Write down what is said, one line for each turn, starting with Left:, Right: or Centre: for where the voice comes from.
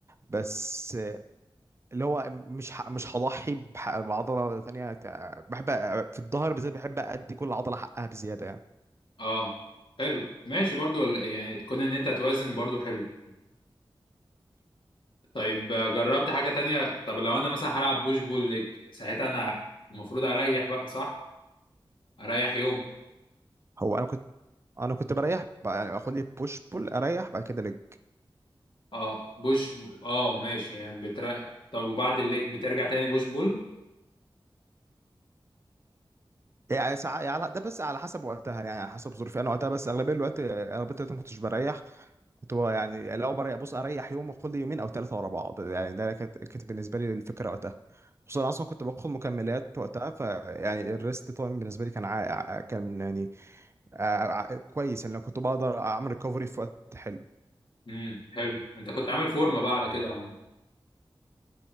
Right: بس اللي هو مش ح... مش هضحي بح... بعضله ثانيه ك- بحب أ- في الظهر بالذات بحب ادي كل عضله حقها بزياده يعني
Left: اه حلو ماشي برضو ال- يعني كون ان انت توازن برضو حلو طيب آه، جربت حاجة تانية طب لو انا مثلا هلعب بوش بول ليج ساعتها انا المفروض اريح بقى صح اريح يوم
Right: هو انا كنت انا كنت بريح ب- يعني اخد لي بوش بول اريح بعد كده لج
Left: اه بوش اه ماشي يعني بتريح طب وبعد الليج بترجع تاني بوش بول
Right: يعني ساعة يعني على- ده بس على حسب وقتها يعني على حسب ظروفي انا وقتها بس اغلبيه الوقت اغلبيه الوقت ما كنتش بريح كنت بقى يعني لو بري- بص اريح يوم واخد لي يومين او ثلاثه ورا بعض يعني ده كانت كانت بالنسبه لي الفكره وقتها خصوصا أنا اصلا كنت باخد مكملات وقتها فيعني الريست تايم بالنسبه لي كان عا... كان يعني آه، ع- كويس يعني لو كنت بقدر اعمل ريكفري في وقت حلو
Left: امم حلو انت كنت عامل فورمه بقى على كده يا عم